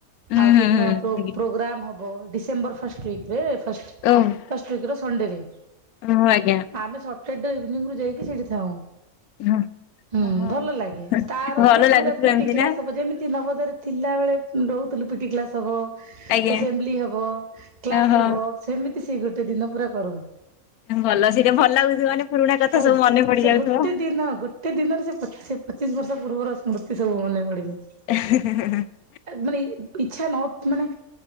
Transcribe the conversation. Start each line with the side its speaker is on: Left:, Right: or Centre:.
Left: ହୁଁ
Right: ଆଉ
Left: ହୁଁ
Right: ସେଦିନ
Left: ହୁଁ
Right: ପ୍ରୋଗ୍ରାମ ହବ ଡିସେମ୍ବର ଫାଷ୍ଟ ୱିକ ରେ ଫଷ୍ଟ
Left: <unintelligible>
Right: ଫାଷ୍ଟ ୱିକ୍ ର ସଣ୍ଡେ ରେ।
Left: ହୁ ଆଜ୍ଞା।
Right: ଆମେ ସଟରଡେ ଇଭିନିଂରୁୁ ଯାଇକି ସେଠି ଥାଉ।
Left: ହଁ
Right: ହୁଁ
Left: ହଁ
Right: ଭଲ ଲାଗେ ତାର
Left: ଭଲ
Right: ଦିନ
Left: ଲାଗୁଥିବ
Right: ପୁରା ପିଟିକଲାସ
Left: ଏମିତି ନା
Right: ହବ ଯେମିତି ନବଦୟ ରେ ଥିଲା ବେଳେ ରହୁଥିଲୁ ପିଟି କ୍ଲାସ ହବ।
Left: ଆଜ୍ଞା
Right: ଏସେମ୍ବଲି ହବ କ୍ଲାସ
Left: ଓହୋ
Right: ହବ ସେମିତି ସେ ଗୋଟେ ଦିନ ପୁରା କରୁ
Left: ଭଲ ସେଇଟା ଭଲ ଲାଗୁଥିବ ମାନେ ପୁରୁଣା କଥା
Right: ହେଲା
Left: ସବୁ ମନେ ପଡିଯାଉଥିବ।
Right: <unintelligible> ସେ ଦିନରେ ସେ ପଚିଶ ବର୍ଷ ପୂର୍ବର ସ୍ମୃତି ସବୁ ମନେ ପଡିଯାଏ।
Left: ଜ
Right: ମାନେ ଇଚ୍ଛା ନ ମାନେ